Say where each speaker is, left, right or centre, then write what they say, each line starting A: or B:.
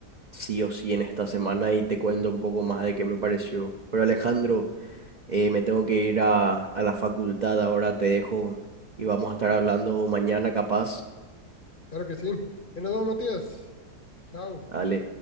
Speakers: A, on the right; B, on the left.
A: sí o sí en esta semana y te cuento un poco más de qué me pareció. Pero Alejandro, eh, me tengo que ir a, a la facultad ahora, te dejo y vamos a estar hablando mañana capaz.
B: Claro que sí. Y nos vemos, Matías. Chao.
A: Dale.